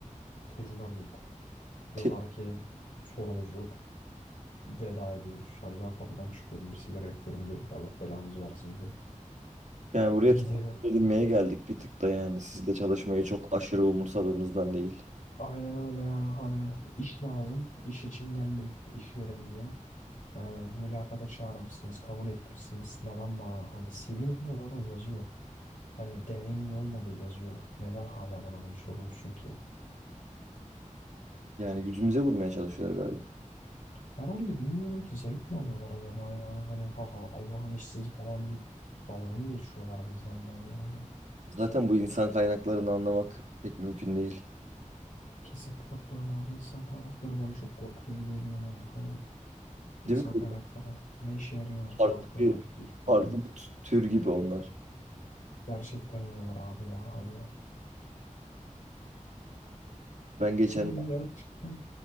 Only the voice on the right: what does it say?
Tek,
yani buraya
tek edinmeye geldik bir tık da yani. sizde çalışmayı çok aşırı umursadığımızdan değil.
Yani yüzümüze vurmaya çalışıyorlar galiba.
Zaten bu insan kaynaklarını anlamak pek mümkün değil.
Değil
mi? Böyle
Farklı
bir,
farklı
bir tür gibi onlar.
Ben geçen